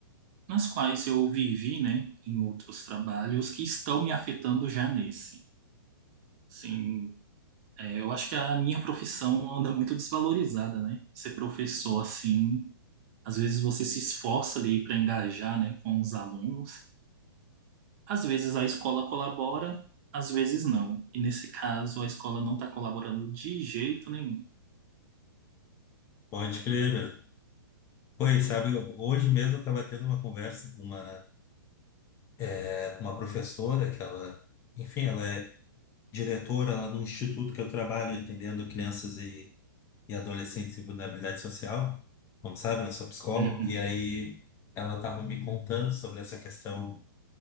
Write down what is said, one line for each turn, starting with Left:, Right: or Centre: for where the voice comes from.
Right: nas quais eu vivi, né, em outros trabalhos que estão me afetando já nesse. Sim, é, eu acho que a minha profissão anda muito desvalorizada, né? Ser professor assim, às vezes você se esforça ali para engajar, né, com os alunos. Às vezes a escola colabora, às vezes não. E nesse caso a escola não está colaborando de jeito nenhum.
Left: Pode crer, meu. Pois, sabe, hoje mesmo eu estava tendo uma conversa com uma, eh, com uma professora que ela, enfim, ela é diretora lá no instituto que eu trabalho, atendendo crianças e e adolescentes em vulnerabilidade social, como sabe, eu sou psicólogo,
Right: Uhum.
Left: e aí ela estava me contando sobre essa questão